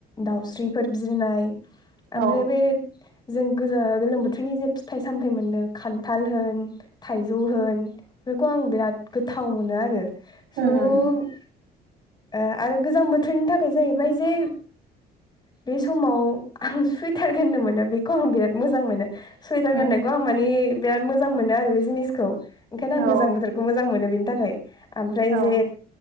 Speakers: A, on the left (about 25°); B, on the right (about 80°).
A: दाउस्रिफोर बिरनाय। ओमफ्राय
B: औ
A: बे जों गोजा गोलोम बोथोरनि जे फिथाइ सामथाइ मोनो खान्थाल होन थाइजौ होन बेफोरखौ आं बिराद गोथाव मोनो आरो।
B: उम
A: सोब
B: उम
A: ओ आरो गोजां बोथोरनि थाखाय जाहैबाय जे बे समाव आं सुइटार गाननो मोनो बेखौ आं बिराद मोजां मोनो। सुइटार
B: उम
A: गाननायखौ आं माने बिराद मोजां मोनो आरो बे जिनिसखौ ओंखायनो आं
B: औ
A: गोजां बोथोरखौ मो मोजां मोनो बेनि थाखाय। ओमफ्राय
B: औ
A: जे